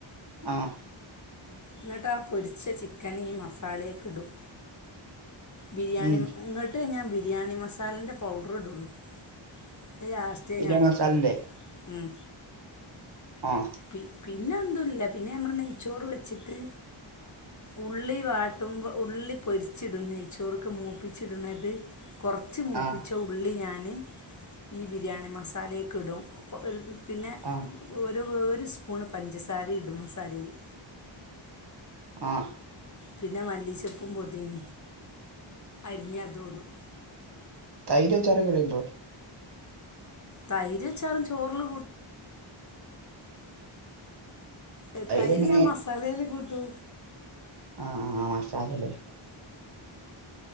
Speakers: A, on the right (about 55°); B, on the left (about 35°).
A: ആഹ്
B: എന്നിട്ടാ പൊരിച്ച ചിക്കന് ഈ മസാലക്കെ ഇടും. ബിരിയാണി
A: ഉം
B: ഇങ്ങോട്ട് ഞാൻ ബിരിയാണി മസാലൻ്റെ പൗഡർ ഇടുള്ളൂ എന്നിട്ട് ലാസ്റ്റ് റ്റേ
A: ബിരിയാണി
B: ഞാൻ ഇടുള്ളൂ
A: മസാലന്റെ
B: ഉം
A: ആഹ്
B: പി പിന്നെ എതുല്ല പിന്നെ നമ്മടെ നെയ്ച്ചോറ് വെച്ചിട്ട് ഉള്ളി വാട്ടുമ്പോ ഉള്ളി പൊരിച്ചിടുന്നേച്ചോർക്ക് മൂപ്പിച്ചിടുന്നത് കുറച്ച് മൂപ്പിച്ച
A: ആഹ്
B: ഉള്ളി ഞാൻ ഈ ബിരിയാണി മസാലേക്ക് ഇടും ഒരു പിന്നെ
A: ആഹ്
B: ഒരു ഒരു സ്പൂണ് പഞ്ചസാര ഇടും മസാലേല്
A: ആഹ്
B: പിന്നെ മല്ലിച്ചെപ്പും പൊതിന അരിഞ്ഞ് അതും ഇടും.
A: തൈര് അച്ചാറൊക്കെ ഇടണ്ടോ.
B: തൈരും അച്ചാറും ചോറില് കൂ ഏഹ്
A: തൈരെങ്ങനെ
B: തൈര് ഞാൻ മസാലേല് കൂട്ടു
A: ആഹ് ആഹ് ആഹ് മസാലേല്